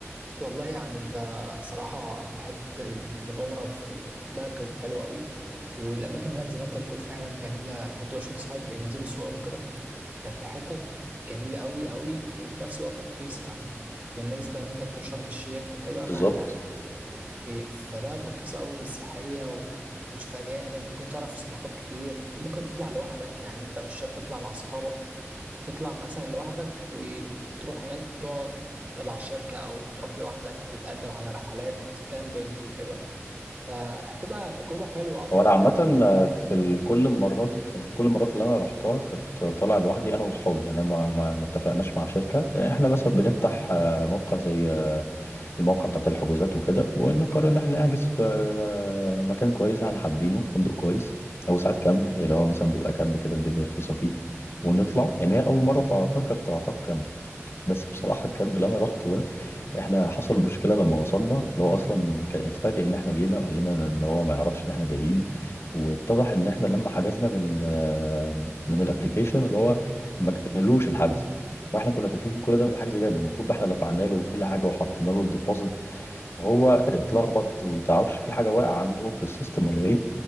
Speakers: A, on the right; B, on the left.
A: والله يعني انت صراحة حتة المغامرة في ال- في دهب كانت حلوة قوي والأماكن هناك زي ما أنت بتقول فعلا جميلة كنت بشوف أصحابي بينزلوا صور وكده كانت حتت جميلة قوي قوي وفي نفس الوقت رخيصة يعني بالنسبة إن أنت تروح شرم الشيخ وكده
B: بالظبط
A: مع إنها في فدهب رخيصة قوي وسياحية وبتشوف أجانب ممكن تعرف ثقافات كتير وممكن تطلع لوحدك يعني أنت مش شرط تطلع مع أصحابك تطلع مثلا لوحدك وتروح هناك تقعد تبع شركة أو تروح لوحدك وتقدم على رحلات كامبينج وكده فهتبقى تجربة حلوة أعتقد
B: هو انا عامه
A: يعني
B: في ال- كل المرات في كل المرات اللي انا رحتها كنت طالع لوحدي انا واصحابي يعني ما ما ما اتفقناش مع شركه احنا مثلا بنفتح آه، موقع زي آه، الموقع بتاع الحجوزات وكده ونقرر ان احنا نحجز في آه، مكان كويس احنا حابينه فندق كويس او ساعات كامب اللي هو مثلا بيبقى كامب كده الدنيا رخيصه فيه ونطلع يعني هي اول مره طلعتها كانت طلعتها في كامب بس بصراحة الكامب اللي أنا روحته ده إحنا حصل مشكلة لما وصلنا اللي هو أصلا كان اتفاجئ إن إحنا جينا وقال لنا إن هو ما يعرفش إن إحنا جايين واتضح إن إحنا لما حجزنا من ال آه، من الأبليكيشن اللي هو ما جالوش الحجز وإحنا كنا فاكرين كل ده إن الحجز جاله المفروض إحنا دفعنا له كل حاجة وحطينا له الديبوزيت فهو اتلخبط وما تعرفش في حاجة واقعة عنده في السيستم ولا إيه